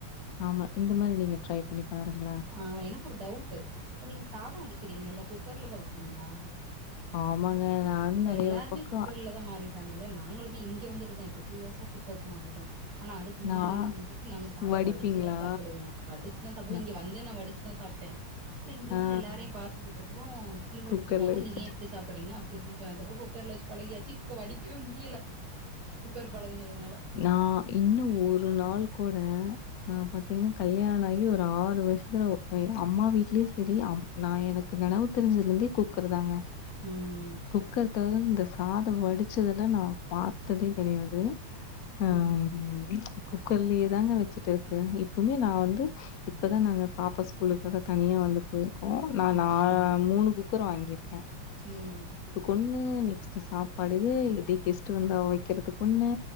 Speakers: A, on the left; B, on the right.
A: ஆமா இந்த மாரி நீங்க ட்ரை பண்ணி பாருங்களே
B: ஆமா எனக்கு ஒரு டவுட்டு இப்ப நீங்க சாத வடிக்கிறீங்கல்ல குக்கர்லதா வப்பீங்களா
A: ஆமாங்க. நானும்
B: இப்ப
A: நெறைய
B: எல்லாருமே
A: பக்கம்
B: குக்கர்லதா மாறிட் கல்ல நாங்களுமே இங்க வந்துட்டுதா இப்ப டூ இயர்ஸ்ஸா குக்கர்க்கு மாறிட்டோ ஆனா அதுக்கு முன்னாடில்லா
A: நான்
B: வந்துட்டு நாங்க சாத
A: வடிப்பீங்களா?
B: வடிச்சுதா சாப்புடுவோ வடிச்சுதா சாப்புடுவோ
A: அ.
B: இங்க வந்தே நா வடிச்சுதா சாப்ட்டே அப்ற இங்க உள்ள
A: ஆ.
B: எல்லாரையு பாத்ததுக்கு அப்றோ சிலிண்டர்
A: குக்கர்ல
B: மிச்சமாகு
A: வச்சு.
B: நீங்க ஏ இப்டி சாப்புறீங்க அப்டி அப்டின் சொன்னதுக்கப்பறோ குக்கர்ல வச்சு பழகியாச்சு இப்ப வடிக்கவே முடியல குக்கர் பழகுனதுனால
A: நா இன்னு ஒரு நாள் கூட நா பாத்தீங்கன்னா கல்யாண ஆகி ஒரு ஆறு வருஷத்துல எ அம்மா வீட்லயு சரி அம் நா எனக்கு நெனவு தெரிஞ்சதிலிருந்தே குக்கர்தாங்க
B: ம்
A: குக்கர் தவுந்து இந்த சாத வடிச்சதுல நா பாத்ததே கெடையாது ஆம்
B: ம்
A: குக்கர்லயே தாங்க வச்சுட்ருக்கு இப்பவுமே நா வந்து இப்பதா நாங்க பாப்பா ஸ்கூலுக்காக தனியா வந்து போயிருக்கோ நா
B: ம்
A: நா மூணு குக்கர் வாங்கியிருக்கே
B: ம்
A: கொண்ணு நெக்ஸ்ட்டு சாப்பாடு இது இதே கெஸ்ட்டு வந்தா வைக்கிறதுக்கு ஒண்ணு